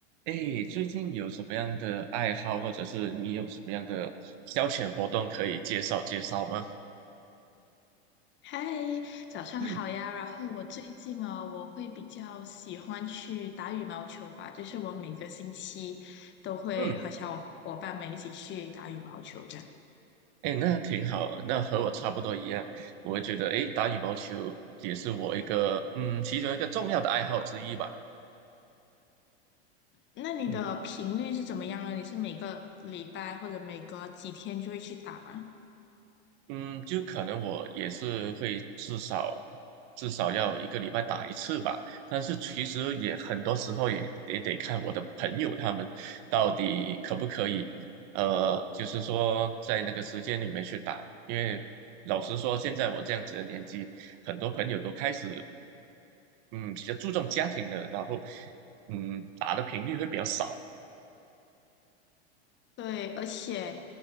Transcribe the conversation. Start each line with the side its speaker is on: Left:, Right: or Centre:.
Right: 哎，最近有什么样的爱好，或者是你有什么样的消遣活动可以介绍介绍吗？
Left: 嗨，早上好呀。
Right: 嗯
Left: 然后我最近哦，我会比较喜欢去打羽毛球吧，就是我每个星期都会和小伙伴们一起去打羽毛球这样。
Right: 嗯，哎，那挺好，那和我差不多一样，我会觉得，哎，打羽毛球也是我一个，嗯，其中一个重要的爱好之一吧。
Left: 那你的频率是怎么样呢？
Right: 嗯。
Left: 你是每个礼拜或者每隔几天就会去打吗？
Right: 嗯，就可能我也是会至少至少要一个礼拜打一次吧，但是其实也很多时候也也得看我的朋友他们到底可不可以，呃，就是说在那个时间里面去打，因为老实说，现在我这样子的年纪，很多朋友都开始嗯比较注重家庭了，然后嗯打的频率会比较少。
Left: 对，而且